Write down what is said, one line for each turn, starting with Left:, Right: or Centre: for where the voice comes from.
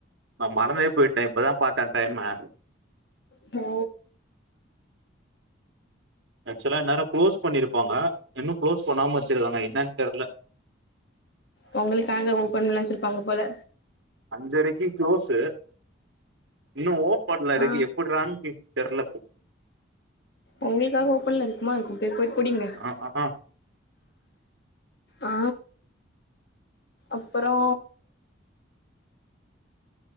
Right: நா மறந்தே போய்ட்டே இப்பதா பாத்தே டைம்ம
Left: தோ
Right: ஆக்சுவலா இந்நேர க்ளோஸ் பண்ணி இருப்பாங்க இன்னு க்ளோஸ் பண்ணாம வச்சிருக்காங்க என்னானு தெரியல
Left: பொங்கலுகாக ஓபன்ல வச்சிருப்பாங்க போல
Right: அஞ்சரைக்கு க்ளோஸு இன்னு ஓப்படலருக்கு
Left: ஆ
Right: எப்ட்றான் கு தெர்லப்போ
Left: உங்களுக்காக ஓப்பன்ல இருக்குமா இருக்கும் க போய் குடிங்க
Right: ஆ ஆ ஆ
Left: ஆ அப்புறோ